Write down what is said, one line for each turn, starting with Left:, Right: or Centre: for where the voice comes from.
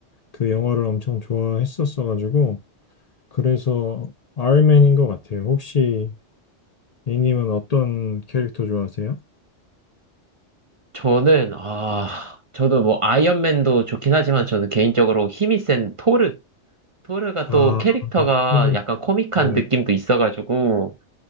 Left: 그 영화를 엄청 좋아했었어가지고 그래서 아이언맨인 것 같아요. 혹시 A님은 어떤 캐릭터 좋아하세요?
Right: 저는, 아, 저도 뭐, 아이언맨도 좋긴 하지만 저는 개인적으로 힘이 센 토르. 토르가
Left: 아,
Right: 또 캐릭터가
Left: 그-
Right: 약간 코믹한
Left: 네,
Right: 느낌도 있어가지고,